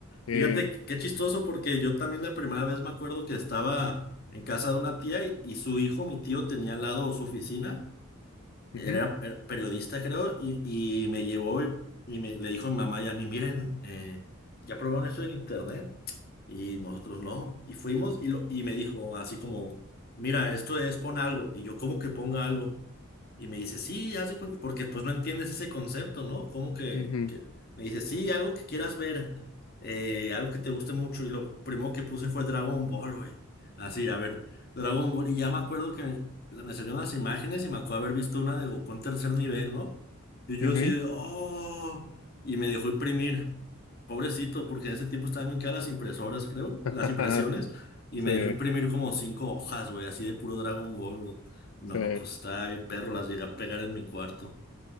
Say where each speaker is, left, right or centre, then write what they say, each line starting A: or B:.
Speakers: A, on the left (about 80°); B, on the left (about 45°).
A: Eh,
B: Fíjate qué chistoso porque yo también la primera vez me acuerdo que estaba en casa de una tía y, y su hijo, mi tío, tenía al lado su oficina era
A: ujú,
B: per- periodista, creo, y, y me llevó y, y me, le dijo a mi mamá y a mí, miren, eh, ya probaron eso del internet y nosotros no. Y fuimos y, lo, y me dijo así como, mira, esto es pon algo. Y yo, ¿cómo que ponga algo? Y me dice, sí, haz de cuenta", porque pues no entiendes ese concepto, ¿no? ¿Cómo que,
A: ujú,
B: que? Me dice, sí, algo que quieras ver, eh, algo que te guste mucho. Y lo primero que puse fue Dragon Ball, güey. Así, a ver. Dragon Ball. Y ya me acuerdo que me, la- me salieron las imágenes y me acuerdo haber visto una de Goku en tercer nivel, ¿no? Y yo
A: <laughs> ujú,
B: así de, ¡oh! Y me dejó imprimir. Pobrecito, porque en ese tiempo estaban bien caras las impresoras, creo,
A: <laughs>
B: las impresiones. Y
A: Sí,
B: me dejó imprimir como cinco hojas, güey, así de puro Dragon Ball, güey. No,
A: sí,
B: pues estaba bien perro, las llegué a pegar en mi cuarto.